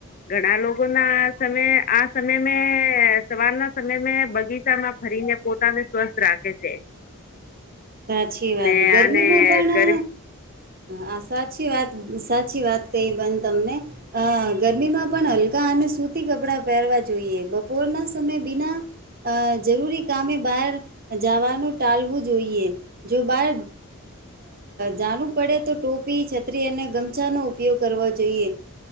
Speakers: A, on the left; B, on the right.
A: ઘણા લોકો ના સમય આ સમય મે સવારના સમય મે બગીચામાં ભરીને પોતાને સ્વસ્થ રાખે છે.
B: સાચી વાત
A: ને
B: ગરમીમાં
A: આને
B: પણ
A: ગર
B: આ સાચ સાચી વાત સાચી વાત કહી તમને ગરમીમાં પણ હલકા અને સુતી કપડાં પહેરવા જોઈએ બપોરના સમયે બિના અ જરૂરી કામે બહાર જવાનું ટાલવું જોઈએ. જો બાર જણું પડે તો ટોપી છત્રી અને ગમછાનો ઉપયોગ કરવા જોઈએ.